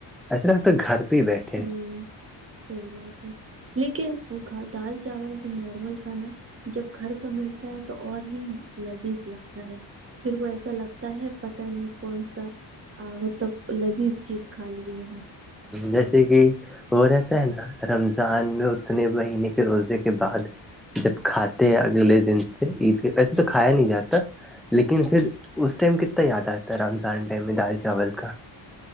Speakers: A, in the centre; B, on the right (about 30°).
A: اس لگتا گھر پہ ہی بیٹھے
B: ہوں
A: ہیں
B: سی بات ہے لیکن وہ کا دال چاول بھی نارمل کھانا جب گھر کا ملتا ہے تو اور ہی لذیذ لگتا ہے پھر وہ ایسا لگتا ہے پت نہیں کون سا آ مطلب لذیذ چیز کھا لیے ہیں
A: جیسے کہ وہ رہتا ہے نا رمضان میں اتنے مہینے کے روزے کے بعد جب کھاتے ہیں اگلے دن سے عید کے ویسے تو کھایا نہیں جاتا لیکن پھر اس ٹائم کتنا یاد آتا ہے رمضان ٹائم میں دال چاول کا